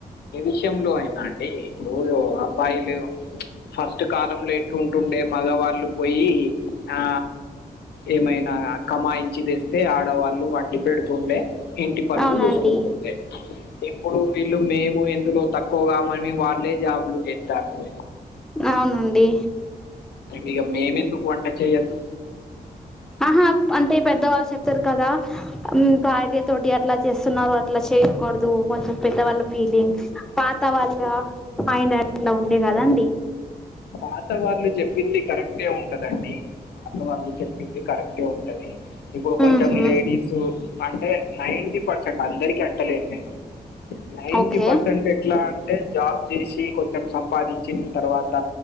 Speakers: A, on the left; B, in the centre.
A: విషయంలో అయిన అండి రోజు అబ్బాయిలు ఫస్ట్ కాలంలో ఎట్లుంటుండే మగవాళ్ళు పోయి ఆ ఏమైనా కమాయించి తెస్తే ఆడవాళ్ళు వండి పెడుతుండే ఇంటి పనులు
B: అవునండి
A: చూస్తుంటుంది ఇప్పుడు వీళ్ళు మేం ఎందులో తక్కువగా మని వాళ్ళే జాబ్లు జెత్తరు
B: అవునండి
A: ఇగ మేము ఎందుకు వంట చేయొద్దు
B: అహా అంటే పెద్దవాళ్ళు చెప్తరు కదా భార్య తోటి అట్ల చేస్తున్నారు అట్లా చె చేయకూడదు కొంచెం పెద్దవాళ్ళ ఫీలింగ్ పాత వాళ్ళ మైండ్ అట్ల ఉండే కదా డి
A: పాత వాళ్ళు జెప్పింది కరెక్టే ఉంటదండి అందు చెప్పింది కరెక్టే ఉంటది ఇప్పుడు కొంచెం
B: ఉహు
A: లేడీసు అంటే నైటీ పర్సెంట్ అందరికి అంటలే నేను నైన్టీ
B: ఓకే
A: పర్సెంట్ ఎట్లా అంటే జాబ్ జేసి కొంచెం సంపాదించిన్ తర్వాత